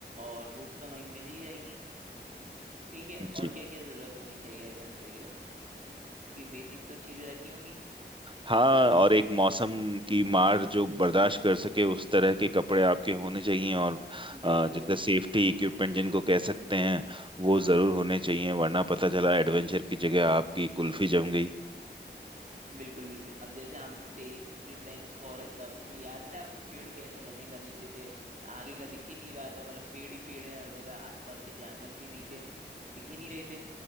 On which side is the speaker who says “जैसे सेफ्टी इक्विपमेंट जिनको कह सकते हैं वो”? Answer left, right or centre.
Right